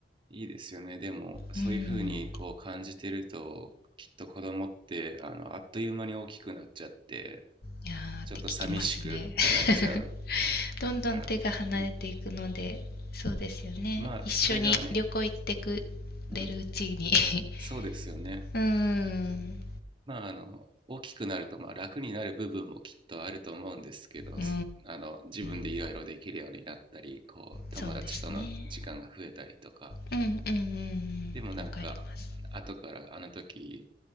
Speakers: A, on the right (about 25°); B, on the left (about 55°).
A: いいですよねでもそういうふうにこう感じてるときっと子供ってあのあっという間に大きくなっちゃって
B: うーん。いやーって聞きますね
A: ちょっと寂しくなっちゃう
B: <laughs>。どんどん手が離れていくので、
A: から、うん、
B: そうですよね。
A: まあそれがね、
B: 一緒に旅行行ってくれるうちに
A: うん、そうですよね
B: <laughs>。うーん。
A: まあ、あの、大きくなると、まあ、楽になる部分もきっとあると思うんですけど、
B: うー
A: そあの、自分でいろいろできるようになったり、
B: ん。
A: こう、友達との時間が増えたりとか、
B: そうですね。うんうんうんうん。
A: でもなんか、
B: わかります。
A: 後からあの時、